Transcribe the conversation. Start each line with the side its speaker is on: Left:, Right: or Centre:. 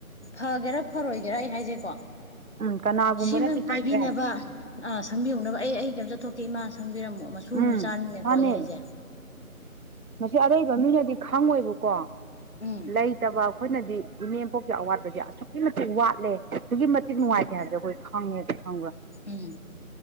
Left: ꯐꯒꯦꯔꯥ ꯐꯔꯣꯏꯒꯦꯔꯥ ꯑꯩ ꯍꯥꯏꯖꯦꯀꯣ
Right: ꯎꯝ ꯀꯅꯥꯒꯨꯝꯕꯅꯗꯤ
Left: ꯁꯤꯃ
Right: ꯍꯥꯏꯈ꯭ꯔꯦ
Left: ꯄꯥꯏꯕꯤꯅꯕ ꯑꯥ ꯁꯪꯕꯤꯍꯧꯅꯕ ꯑꯩ ꯑꯩ ꯀꯩꯝ ꯆꯠꯊꯣꯛꯀꯦ ꯏꯃꯥ ꯁꯪꯕꯤꯔꯝꯃꯣ ꯃꯁꯨꯨꯅꯤ
Right: ꯎꯝ
Left: ꯃꯆꯥꯅꯤꯅꯀꯣ
Right: ꯃꯥꯅꯦ
Left: ꯑꯩ ꯍꯥꯏꯖꯦ
Right: ꯃꯁꯤ ꯑꯔꯩꯕ ꯃꯤꯅꯗꯤ ꯈꯪꯉꯣꯏꯕꯀꯣ
Left: ꯎꯝ
Right: ꯂꯩ ꯇꯕ ꯑꯩꯈꯣꯏꯅꯗꯤ ꯏꯃꯦꯝꯄꯣꯛꯀꯤ ꯑꯋꯥꯠꯄꯁꯦ ꯑꯁꯨꯛꯀꯤ ꯃꯇꯤꯛ ꯋꯥꯠꯂꯦ ꯑꯁꯨꯛꯀꯤ ꯃꯇꯤꯛ ꯅꯨꯡꯉꯥꯏꯇꯦ
Left: ꯎꯝ
Right: ꯍꯥꯏꯕꯖꯦ ꯑꯩꯈꯣꯏ ꯈꯪꯉꯦ ꯈꯪꯕ꯭ꯔꯥ
Left: ꯎꯝ